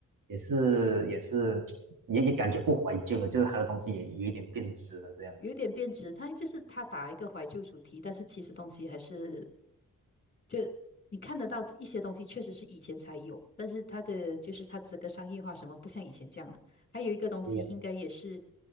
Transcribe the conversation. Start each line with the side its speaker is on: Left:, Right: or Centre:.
Right: 也是也是也也感觉不怀旧了，就是它的东西也有一点变质了这样。
Left: 有一点变质，它就是它打一个怀旧主题，但是其实东西还是就你看得到一些东西，确实是以前才有，但是它的就是它的这个商业化什么不像以前这样了。还有一个东西，
Right: 对呀，
Left: 应该也是